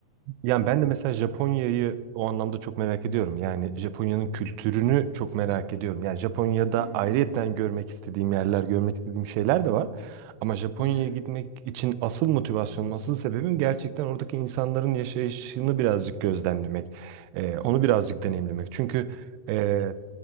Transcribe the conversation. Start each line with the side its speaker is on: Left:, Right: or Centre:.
Right: Yani ben de mesela Japonya'yı o anlamda çok merak ediyorum. Yani Japonya'nın kültürünü çok merak ediyorum. Yani Japonya'da
Left: Hı hı.
Right: ayrıyeten görmek istediğim yerler, görmek istediğim şeyler de var. Ama Japonya'ya
Left: Hı hı.
Right: gitmek için asıl motivasyonum, asıl sebebim gerçekten oradaki insanların yaşayışını birazcık gözlemlemek. Ee, onu birazcık deneyimlemek. Çünkü e,